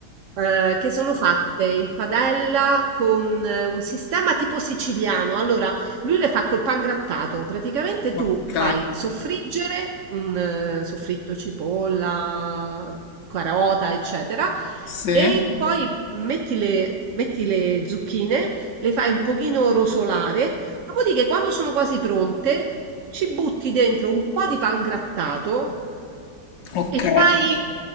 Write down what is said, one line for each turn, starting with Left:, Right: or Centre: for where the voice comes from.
Right: eh, che sono fatte in padella con eh, un sistema tipo siciliano. Allora, lui le fa col pan grattato. Praticamente tu
Left: ok,
Right: fai soffriggere un eh, soffritto cipolla, carota, eccetera,
Left: sì,
Right: e poi metti le, metti le zucchine le fai un pochino rosolare, dopodiché quando sono quasi pronte ci butti dentro un po' di pan grattato
Left: ok.
Right: e fai,